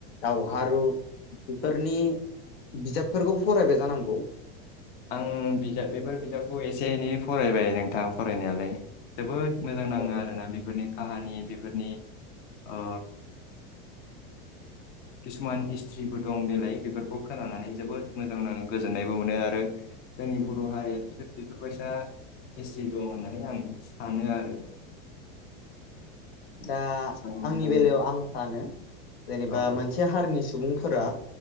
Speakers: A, on the left (about 80°); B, on the left (about 35°).
A: दावहारु
B: औ
A: बेफोरनि
B: औ
A: बिजाबफोरखौ फरायबाय जानांगौ।
B: आं बिजाब बेफोर बिजाबखौ एसे एनै फरायबाय नोंथां फरायनायालाय। जोबोद मोजां नांङो
A: औ
B: आरोना बेफोरनि। काहानि बेफोरनि ओ किसुमान हिस्ट्रिबो दं देलाय बेफोरखौ खोनानानै जोबोद मोजां नांङो गोजोननायबो मोनो आरो। जोंनि बर हारिया बिसोर बेफोरबायसा एसि दं होननानै आं सानो आरो।
A: दा
B: साननानै
A: आंनि
B: दङ
A: बेलायाव आं सानो। जेनेबा
B: औ
A: मोनसे हारिनि सुबुं फोरा